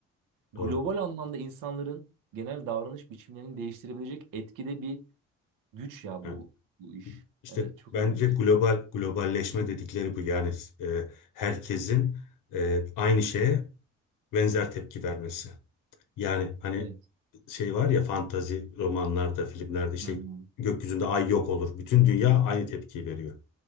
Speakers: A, on the right; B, on the left.
A: global
B: Doğru.
A: anlamda insanların genel davranış biçimlerini değiştirebilecek etkide bir güç ya
B: Ha.
A: bu bu iş.
B: İşte
A: Evet çok
B: bence
A: ilginç.
B: global globalleşme dedikleri bu yani e, herkesin e, aynı şeye benzer tepki vermesi. Yani hani
A: Evet.
B: şey var ya fantazi romanlarda, filmlerde işte
A: Hı hı.
B: gökyüzünde ay yok olur. Bütün dünya aynı tepkiyi veriyor.